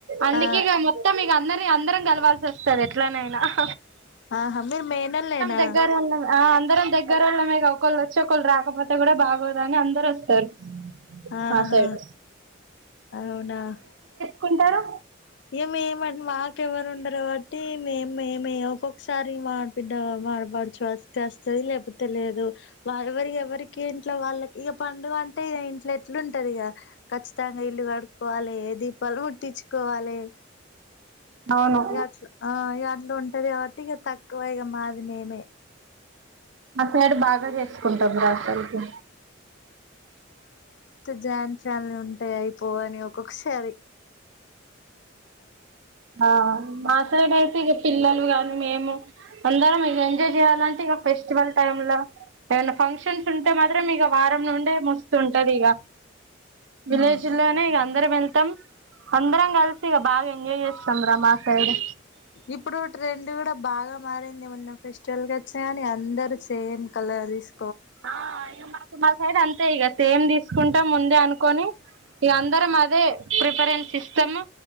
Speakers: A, on the right (about 70°); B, on the left (about 60°).
A: అందుకే
B: ఆ
A: ఇక మొత్తం ఇక అందరి అందరం కలవాల్సొస్తది ఎట్లనైనాహ్.
B: ఆహా మీరు మేనల్లేనా?
A: దగ్గరోళ్ళం ఆ అందరం దగ్గరోళ్ళమేగా ఒకళ్ల ఒచ్చి ఒకళు రాకపోతే కూడా బాగోదు అని అందరు ఒస్తారు.
B: ఆహా
A: మా సైడ్
B: అవునా
A: కుంటారు.
B: ఇహ మేమం మాకు ఎవరు ఉండరు కావట్టీ మేం మేమే ఒక్కొక్కసారి మా ఆడబిడ్డా మా ఆడపడుచు <unintelligible> చేస్తది లేపొతే లేదు. వా ఎవరి ఎవరికి ఇంట్లో వాళ్లకి ఇహ పండుగ అంటే ఇహ ఇంట్లో ఎట్లుం <unintelligible> ఇహ, ఖచ్చితంగా ఇల్లు కడుక్కకోవాలే దీపాలు ము ట్టిచ్చుకోవాలే. అ <inaudible>
A: అవును
B: ఇహట్ల ఆ ఇహ అట్లుంటది కావట్టి, ఇహ త క్కువ ఇగ మాది మేమే.
A: మా సైడ్ బాగా చేసుకుంటాం రా అసలుకి
B: జాయిన్ ఫ్యాన్లు ఉంటాయి అయిపో అని ఒక్కొక్కసారి.
A: ఆ ఆసరమైతే ఇహ పిల్లలుగా మేము అందరం ఇజ్ ఎంజాయ్ చేయాలంటే ఇగ ఫెస్టివల్ టైమ్ లో, ఏవన్నా ఫంక్షన్స్ ఉంటే మాత్రం ఇగ వారం నుండే మస్తుంటది ఇగ. విలేజ్
B: ఆ
A: లోనే ఇగ అందరం ఎల్ <unintelligible> అందరం కలిసి ఇగ బాగా ఎంజాయ్ చేస్ <unintelligible> ఆ సైడ్.
B: ఇప్పుడూ ట్రెండ్ కూడా బాగా మారింది, మొన్న ఫెస్టివల్ కి ఒచ్చినగాని ఇహ అందరు సేమ్ కలర్ తీస్
A: ఆ ఇ మాసైడ్ అంతే ఇగ సేమ్ తీస్కుంటే ముందే అనుకొని ఇహ అందరం అదే ప్రిఫరెన్స్ ఇస్ స్తము,